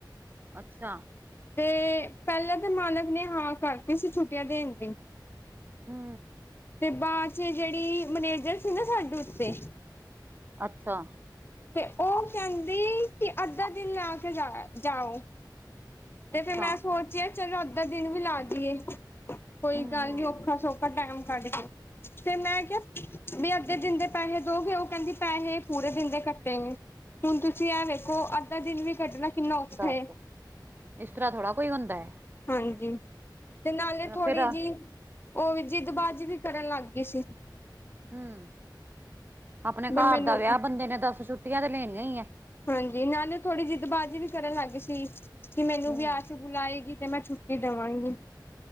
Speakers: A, on the right; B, on the left.
A: ਅੱਛਾ।
B: ਤੇ ਪੈਲੇ ਤੇ ਮਾਲਕ ਨੇ ਹਾਂ ਕਰਤੀ ਸੀ ਛੁੱਟੀਆਂ ਦੇਣ ਦੀ।
A: ਹੂੰ।
B: ਤੇ ਬਾਦ ਚ ਜੇੜੀ ਮਨੇਜਰ ਸੀ ਨਾ ਸਾਡੇ ਉਤੇ
A: ਅੱਛਾ।
B: ਤੇ ਓਹ ਕੈੰਦੀ ਕਿ ਅੱਧਾ ਦਿਨ ਲਾ ਕੇ ਜਾਇਆ ਜਾਓ। ਤੇ
A: ਅੱਛਾ,
B: ਫੇਰ ਮੈਂ ਸੋਚਿਆ ਚਲੋ ਅੱਜ ਦਾ ਦਿਨ ਵੀ ਲਾ ਜੀ ਏ। ਕੋਈ
A: ਹੂੰ-ਹੂੰ।
B: ਗੱਲ ਨੀ ਔਖਾ-ਸੋਖਾ ਟੈਮ ਕੱਢ ਕੇ। ਤੇ ਮੈਂ ਕਿਆ ਵੀ ਅੱਧੇ ਦਿਨ ਦੇ ਪੈਹੇ ਦੋਗੇ, ਓਹ ਕੈੰਦੀ ਪੈਹੇ ਪੂਰੇ ਦਿਨ ਦੇ ਕੱਟੇ ਗੇ, ਹੁਣ ਤੁਸੀਂ ਐ ਵੇਖੋ ਅੱਧਾ ਦਿਨ ਵੀ ਕੱਢਣਾ ਕਿੰਨਾ ਔਖਾ
A: ਦੱਸ,
B: ਏ
A: ਇਸ ਤਰ੍ਹਾਂ ਥੋੜ੍ਹਾ ਕੋਈ ਹੁੰਦਾ ਐ।
B: ਹਾਂਜੀ, ਤੇ ਨਾਲੇ ਥੋੜੀ
A: ਫਿਰ
B: ਜਿ ਓਵੀ ਜਿਦਬਾਜੀ ਵੀ ਕਰਨ ਲੱਗ ਗੇ ਸੀ।
A: ਹੂੰ, ਆਪਣੇ
B: ਵੀ
A: ਘਰ
B: ਮੈਨੂੰ
A: ਦਾ ਵਿਆ ਬੰਦੇ ਨੇ ਦਸ ਛੁੱਟੀਆਂ ਤੇ ਲੇਣੀਆਂ ਹੀ ਐ।
B: ਹਾਂਜੀ ਨਾਲੇ ਥੋੜ੍ਹੀ ਜਿੱਦਬਾਜ਼ੀ ਵੀ ਕਰਨ ਲੱਗ ਸੀ ਕਿ ਮੈਨੂੰ
A: ਹੂੰ।
B: ਵੀ ਵਿਆ ਚ ਬੂਲਾਏਗੀ ਤੇ ਮੈਂ ਛੁੱਟੀ ਦਵਾਂਗੀ।